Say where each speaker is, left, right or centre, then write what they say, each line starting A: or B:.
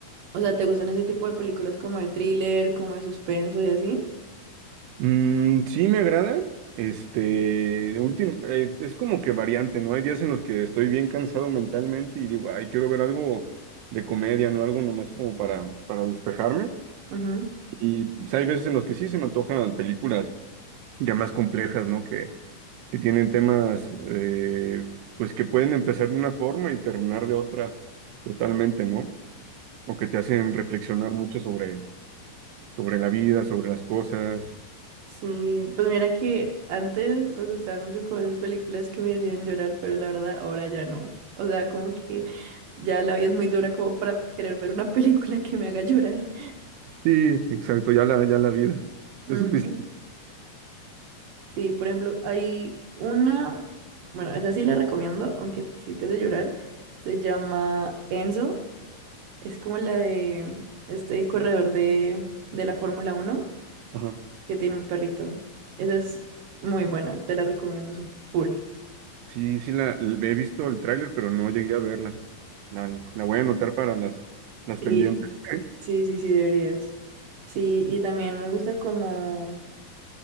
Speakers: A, on the right (about 70°); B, on the right (about 80°).
A: O sea, ¿te gustan ese tipo de películas como de thriller, como de suspenso y así?
B: Mm, sí me agrada. Este, último, eh, es como que variante, ¿no? Hay días en los que estoy bien cansado mentalmente y digo, ay, quiero ver algo de comedia, ¿no? Algo nomás como para, para despejarme.
A: Ujú.
B: Y pues, hay veces en los que sí se me antojan películas ya más complejas, ¿no? Que, que tienen temas, eh, pues que pueden empezar de una forma y terminar de otra totalmente, ¿no? O que te hacen reflexionar mucho sobre, sobre la vida, sobre las cosas.
A: Sí, pues mira que antes me gustaban mucho como esas películas que me hacían llorar, pero la verdad ahora ya no. O sea, como que ya la vida es muy dura como para querer ver una <laughs> película que me haga llorar.
B: Sí, exacto, ya la, ya la vida.
A: Ujú.
B: Es suficiente.
A: Sí, por ejemplo, hay una, bueno, esa sí la recomiendo, aunque sí te de llorar. Se llama Enzo, es como la de este corredor de, de la Fórmula Uno.
B: Ajá.
A: que tiene un perrito. Esa es muy buena, te la recomiendo su- full.
B: Sí, sí, la, l- he visto el tráiler, pero no llegué a verla. La, la voy a anotar para las, las
A: Sí,
B: pendientes. <laughs>
A: sí, sí, sí, deberías. Sí, y también me gusta como,